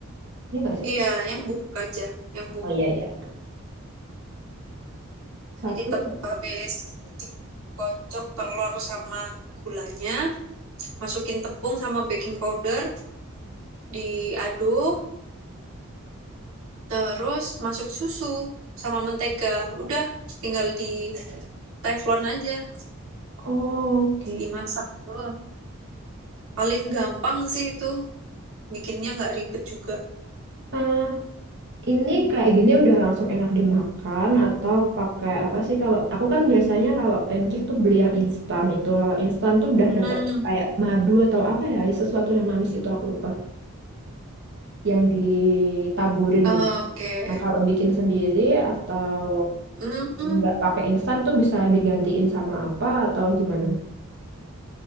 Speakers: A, on the right; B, on the right.
A: iya nggak sih?
B: Iya, yang bubuk aja, yang bubuk.
A: Oh iya, iya. Satu.
B: Jadi tep- habis dikocok telur sama gulanya, masukin tepung sama baking powder, diaduk, terus masuk susu sama mentega. Udah, tinggal di teflon aja,
A: Oke.
B: dimasak doang. Paling gampang sih itu, bikinnya nggak ribet juga.
A: Nah, ini kayak gini udah langsung enak dimakan atau pakai apa sih kalau aku kan biasanya kalau pancake tuh beli yang instan itu. Kalau instan tuh udah
B: Hmm.
A: dapat kayak madu atau apa ya, sesuatu yang manis itu aku lupa, yang ditaburin
B: Oke.
A: gitu. Nah, kalau bikin sendiri atau
B: Hmm,
A: nggak pakai instan tuh bisa digantiin sama apa atau gimana?